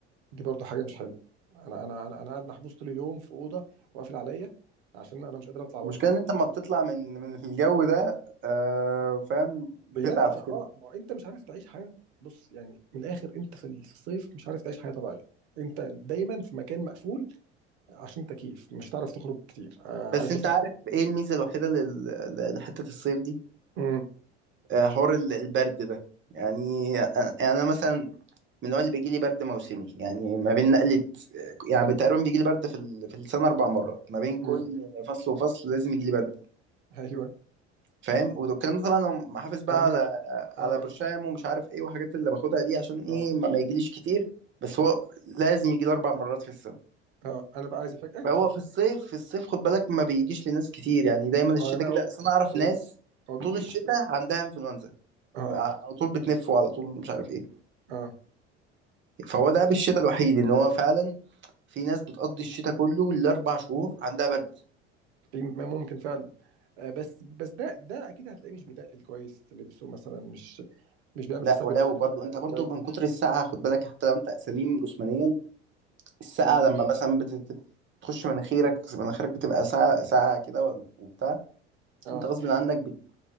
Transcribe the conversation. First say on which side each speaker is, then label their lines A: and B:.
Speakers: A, on the right (about 65°); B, on the right (about 35°).
A: دي برضو حاجه مش حلوه انا انا انا انا قاعد محبوس طول اليوم في اوضه وقافل عليا عشان انا مش قادر اطلع بره
B: المشكله ان انت لما بتطلع من من الجو ده آه فاهم
A: بجد
B: بتتعب
A: فاه
B: وكده
A: ما هو انت مش عارف تعيش حياه بص يعني من الاخر انت في الصيف مش عارف تعيش حياه طبيعيه انت دايما في مكان مقفول عشان تكييف مش هتعرف تخرج كتير آه عايز
B: بس انت
A: مثلا
B: عارف ايه الميزه الوحيده لل- ل- لحته الصيف دي
A: مم.
B: آه حوار ال- البرد ده يعني أ- انا مثلا من النوع اللي بيجي لي برد موسمي يعني ما بين نقله يعني تقريبا بيجي لي برد في ال- في السنه اربع مرات ما بين كل
A: مم.
B: فصل وفصل لازم يجي لي برد
A: ايوه
B: فاهم والكلام ده طبعا لو حافظ بقى
A: انا
B: على على
A: اه
B: برشام ومش عارف ايه والحاجات اللي باخدها دي عشان ايه
A: اه
B: ما, ما يجيليش كتير بس هو لازم يجي لي اربع مرات في السنه
A: اه انا بقى عايز افاجئك
B: فهو
A: <laughs>
B: في الصيف في الصيف خد بالك ما بيجيش لناس كتير يعني دايما
A: ما
B: الشتاء
A: لا هو
B: كده اصل انا اعرف
A: هو
B: ناس
A: هو بيجي
B: طول الشتاء
A: لي في الصيف
B: عندها انفلونزا
A: اه
B: على طول بتنف وعلى طول مش عارف ايه
A: اه
B: فهو ده بالشتاء الوحيد ان هو فعلا في ناس بتقضي الشتاء كله الاربع شهور عندها برد
A: في م- ممكن فعلا آه بس بس ده ده اكيد هتلاقيه مش بيتقل كويس لبسه مثلا مش مش بيعمل
B: لا
A: حساب
B: ولو
A: ال-
B: برضو انت برضو
A: البرد
B: من كتر السقعه خد بالك حتى لو انت سليم جسمانيا السقعه
A: مم.
B: لما مثلا بتت- بتخش مناخيرك مناخيرك بتبقى ساقعه ساقعه كده وال- وبتاع
A: اه
B: انت غصب عنك بت-